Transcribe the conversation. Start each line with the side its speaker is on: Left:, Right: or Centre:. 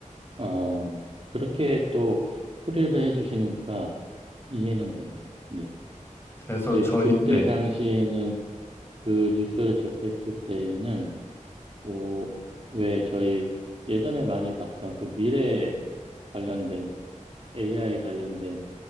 Right: 아, 그렇게 또 풀이를 해주시니까 이해는 되네요. 네.
Left: 그래서
Right: 근데
Left: 저희
Right: 그때
Left: 네네
Right: 당시에는 그 뉴스를 접했을 때에는, 어, 왜 저희 예전에 많이 봤던 그 미래 관련된 AI 관련된